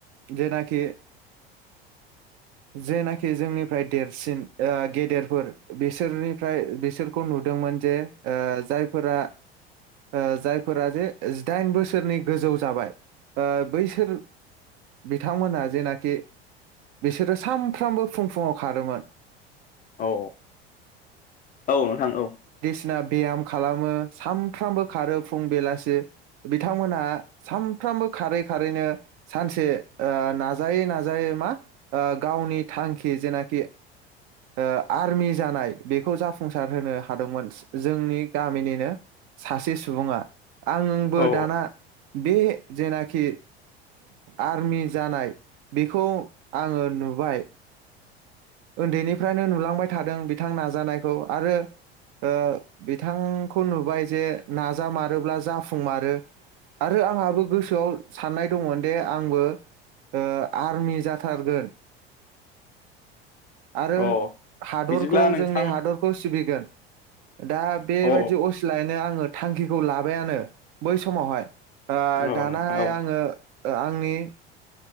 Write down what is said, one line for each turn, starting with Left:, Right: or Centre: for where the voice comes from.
Right: जेनाखि जेनाखि जोंनिफ्राय देरसिन ओ गेदेरफोर बिसोरनिफ्राय बिसोरखौ नुदोंमोन जे ओ जायफोरा ओ जायफोरा जे जिदाइन बोसोरनि गोजौ जाबाय ओ बैसोर बिथांमोनहा जेनाखि बिसोरो सामफ्रामबो फुं फुङाव खारोमोन
Left: औ औ नोंथां औ
Right: सिना बेयाम खालामो सानफ्रामबो खारो फुं बेलासि बिथांमोनहा सानफ्रामबो खारै खारैनो सानसे ओ नाजायै नाजायै मा ओ गावनि थांखि जेनाखि ओ आर्मि जानाय बेखौ जाफुंसार होनो हादोंमोन जो जोंनि गामिनिनो सासे सुबुङा आंबो
Left: औ
Right: दाना बे जेनाखि आर्मि जानाय बिखौ आङो नुबाय ओन्दैनिफ्रायनो नुलांबाय थादों बिथां नाजानायखौ आरो ओ बिथांखौ नुबाय जे नाजामारोब्ला जाफुंमारो आरो आंहाबो गोसोआव साननाय दंमोनदि आंबो ओ आर्मि जाथारगोन आरो
Left: औ
Right: हादरखौ
Left: बिदिब्ला नोंथां
Right: जोंनि हादरखौ सिबिगोन दा बेबायदि
Left: औ
Right: असिलायैनो आङो थांखिखौ लाबायानो बै समावहाय ओ
Left: औ
Right: दानाहाय
Left: नोंथां औ
Right: आङो ओ आंनि